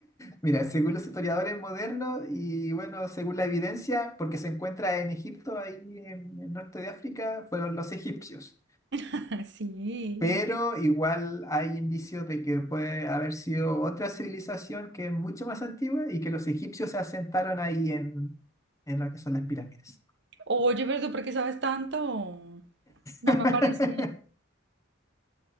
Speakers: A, on the left (about 15°); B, on the right (about 55°).
A: Mira, según los historiadores modernos y bueno, según la evidencia, porque se encuentra en Egipto, ahí en el norte de África, fueron los egipcios.
B: <laughs> Sí.
A: Pero igual hay indicios de que puede haber sido otra civilización que es mucho más antigua y que los egipcios se asentaron ahí en, en lo que son las pirámides.
B: Oye, pero ¿tú por qué sabes tanto? No
A: <laughs>
B: me parece.